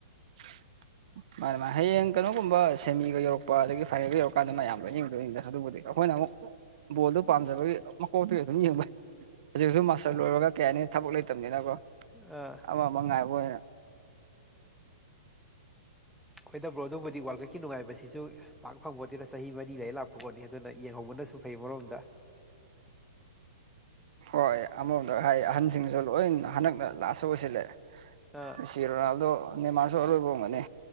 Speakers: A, on the right; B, in the centre.
A: <unintelligible> ꯃꯥꯅꯦ ꯃꯥꯅꯦ ꯍꯌꯦꯡ ꯀꯩꯅꯣꯒꯨꯝꯕꯦꯃꯤꯒ ꯌꯧꯔꯛꯄ ꯑꯗꯒꯤ ꯐꯥꯏꯅꯦꯜꯒ ꯌꯧꯔꯛꯀꯥꯟꯗ ꯃꯌꯥꯝ ꯂꯣꯏꯅꯤꯡꯕ ꯂꯣꯏꯅꯤꯡꯗ ꯑꯗꯨꯕꯨꯗꯤ ꯌꯧꯔꯛꯄ ꯑꯩꯈꯣꯏꯅ ꯑꯃꯨꯛ ꯕꯣꯜꯗꯨ ꯄꯥꯝꯖꯕꯒꯤ ꯃꯀꯣꯛꯇꯨꯒꯤ ꯑꯗꯨꯝ ꯌꯦꯡꯕꯅꯤ ꯍꯧꯖꯤꯛ ꯍꯧꯁꯨ ꯃꯥꯁꯇꯔ ꯂꯣꯏꯔꯒ ꯀꯩ ꯍꯥꯏꯅꯤ ꯊꯕꯛ ꯂꯩꯇꯕꯅꯤꯅꯀꯣ
B: ꯑꯥ
A: ꯑꯋꯥ ꯃꯉꯥꯏꯕꯅ
B: ꯑꯣꯏꯣꯏꯗꯕ꯭ꯔꯣ ꯑꯗꯨꯕꯨꯗꯤ ꯋꯥꯔꯜ ꯀꯞꯀꯤ ꯅꯨꯡꯉꯥꯏꯕꯁꯤꯁꯨ ꯄꯥꯛ ꯐꯪꯕꯣꯠꯇꯅ ꯆꯍꯤ ꯃꯔꯤ ꯂꯩ ꯂꯥꯛꯄꯣꯠꯅꯤ ꯑꯗꯨꯅ ꯌꯦꯡꯍꯧꯕꯅꯁꯨ ꯐꯩ ꯃꯔꯣꯝꯗ
A: ꯍꯣꯏ ꯑꯃꯔꯣꯝꯗ ꯍꯥꯏ ꯑꯍꯟꯁꯤꯡꯁꯨ ꯂꯣꯏ ꯍꯟꯗꯛꯅ ꯂꯥꯁꯁꯨ ꯑꯣꯏꯁꯤꯜꯂꯑꯦ
B: ꯑꯥ
A: ꯆꯦꯔꯣꯅꯥꯥꯜꯗꯣ ꯅꯦꯃꯥꯔꯁꯨ ꯑꯔꯣꯏꯕꯝꯒꯅꯤ